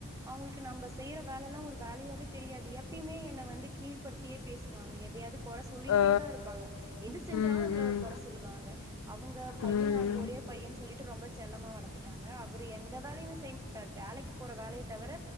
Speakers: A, on the right; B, on the left.
A: அவங்ளுக்கு நம்ம செய்யற வேலல்லா ஒரு வேலையாவே தெரியாது எப் எப்பயுமே என்ன வந்து கீழ்படுத்தியே பேசுவாங்க எதையாது குற சொல்லிக்கிட்டே
B: ஆ
A: தா இருப்பாங்க எது செஞ்சாலு
B: ம்
A: அதுல
B: ம்
A: ஒரு குறை சொல்லுவாங்க அவங்க பையன
B: ம்
A: அவங்க ஒரேப் பையன்னு சொல்லிட்டு ரொம்ப செல்லமா வளர்த்துட்டாங்க அவரு எந்த வேலையுமே செய்ய மாட்டாரு வேலைக்கு போற வேலய தவிர